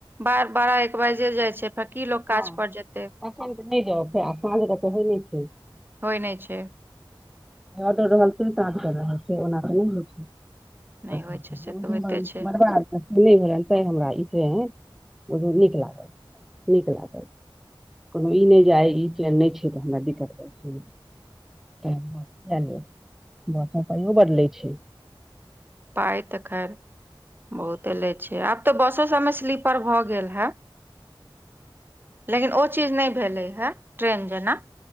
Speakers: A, on the right (about 20°); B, in the centre.
A: बारह एक बाजे जाइ छै फेर की लोक काज
B: हँ
A: पर जेतै
B: एखन तऽ नहि जाउ फेर साँझ तऽ होइ नहि छै
A: होइ नहि छै
B: ओडर रहै त काँज कर रहलइ छै ओना क होइ छै <unintelligible>
A: नहि होइ छै से तऽ होइते छै
B: बुझू नीक लागत नीक लागल कोनो ई नहि जाइ ई चन नहि छै तऽ हमरा दिक्कत भए जात ल <unintelligible> भाषा पइो बदलै छै
A: पाइ तऽ खैर बहुते ले छै आब तऽ बसो सभमे स्लीपर भऽ गेल हे लेकिन ओ चीज नहि भेलै हें ट्रेन जेना